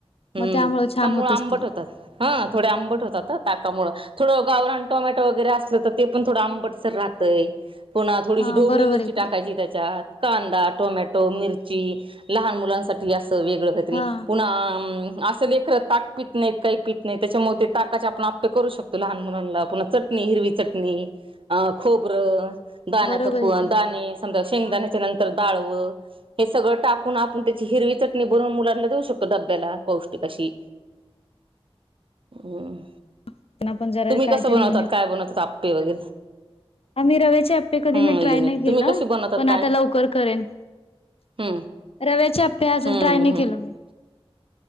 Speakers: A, on the right; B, on the left.
A: हम्म
B: मग त्यामुळे
A: ताकामुळेळं
B: छान होत असतील
A: आंबट होतात, हं थोडे आंबट होतात, ताकामुळेळं, थोडं
B: हा
A: गावरान टोमॅटो वगरे असल तर ते, पणथोडं अंबटसर राहतय. पुन्हा थोडीशी
B: हा
A: ढोबळी
B: बरोबर
A: मिरची
B: आहे की
A: टाकायची त्याच्यात. कांदा, टोमॅटो, मिरची लहान मुलांसाठी. अस वेगळ काहीरी
B: हा
A: पुन्हा असं लेकरं ताक पित नाहीत, काही पीत नाही, त्याच्यामुळे ते ताकाचे आपण आपे करू शकतो, लहान मुलांना पुन्हा चटणी हिरवी चटणी अ खोबरं दाण्याचा
B: बरोबर
A: खु
B: आहे की
A: दाणे समजा
B: हा
A: शेंगदाण्याच्या
B: हा
A: नंतर डळ हे सगळं टाकून आपण त्याची हिरवी चटणी बनून मुलांना देऊ शकतो, डब्याला पौष्टिक अशी.
B: ह <inaudible>
A: हम्म
B: त्यांना पण जरा
A: तुम्ही
B: काहीतरी
A: कसं बनवतात, काय बनवतात, आपे वगैरे
B: आ मी रव्याचे अपे कधी
A: हम्म
B: मी
A: युनिक
B: ट्राय नाही केला,
A: तुम्ही कशी बनवतात
B: पण
A: काय?
B: आता लवकर करेन.
A: हम्म
B: रव्याचे अपे अजून
A: हम्म
B: ट्राय नाही केलं मी.